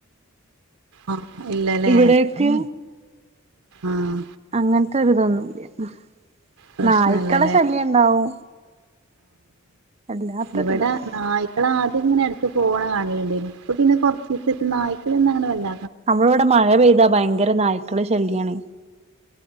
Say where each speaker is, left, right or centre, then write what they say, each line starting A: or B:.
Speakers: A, on the right (about 85°); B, on the right (about 30°).
A: ആഹ് ഇല്ലല്ലേ
B: ഇവിടെക്കെ
A: ആഹ്
B: അങ്ങ രുതൊന്നുമല്ല
A: പ്രശ്നല്ലല്ലേ
B: നായ്ക്കള ശല്യം ഉണ്ടാവും അല്ലാത്തൊരിതൊന്നും
A: ഇവടെ നായ്ക്കള് ആദ്യം ഇങ്ങനെ പോവണ കാണലുണ്ടേ ഇപ്പ പിന്നെ കുറച്ച് ദിവസായിട്ട് നായ്ക്കളൊന്ന അങ്ങനെ വല്ല
B: നമ്മളിവിടെ മഴ പെയ്താ ഭയങ്കര നായ്ക്കള് ശല്യയാണേ